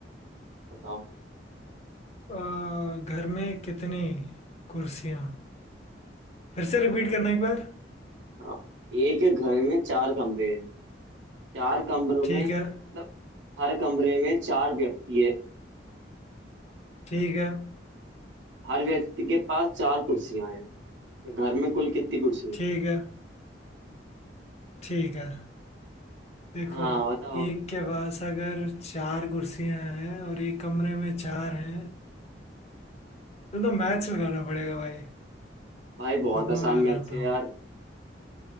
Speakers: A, on the right; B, on the left.
A: बताओ
B: आ, घर में कितनी कुर्सियां फिर से रिपीट करना एक बार
A: हाँ एक घर में चार कमरे हैं चार कमरों
B: ठीक
A: में मतलब
B: है
A: हर कमरे में चार व्यक्ति है
B: ठीक है
A: हर व्यक्ति के पास चार कुर्सियां हैं तो घर में कुल कितनी कुर्सियां
B: ठीक है ठीक है देखो
A: हाँ बताओ
B: एक के पास अगर चार कुर्सियां हैं और एक कमरे में चार हैं तो तो मैच लगाना पड़ेगा भाई
A: भाई बहुत
B: देखो
A: आसान
B: मैं
A: मैथ्स
B: बताता
A: है
B: हूँ
A: यार